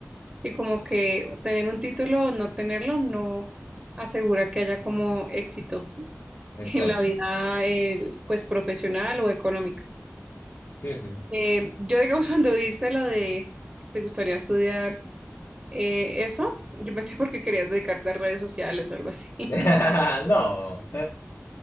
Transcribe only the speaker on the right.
Sí, como que tener un título o no tenerlo no asegura que haya como éxito, ¿sí?
<laughs> En la vida, eh, pues, profesional o económica.
Eh, yo, digamos, <laughs> cuando diste lo de que te gustaría estudiar eh, eso, yo pensé porque querías dedicarte a redes sociales o algo así. <laughs>